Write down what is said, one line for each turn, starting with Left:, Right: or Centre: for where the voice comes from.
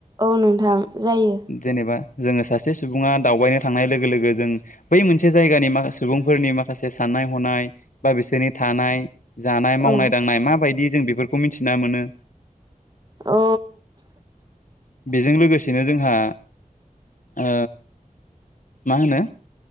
Right: औ नोंथां जायो।
Left: जेनेबा जोङो सासे सुबुङा दावबायनो थांनाय लोगो लोगो जों बै मोनसे जायगानि माखासे सुबुंफोरनि माखासे साननाय हनाय बा बिसोरनि थानाय, जानाय मावनाय
Right: औ
Left: दांनाय माबायदि जों बेफोरखौ मिथिना मोनो
Right: औ
Left: बेजों लोगोसेनो जोंहा ओ मा होनो,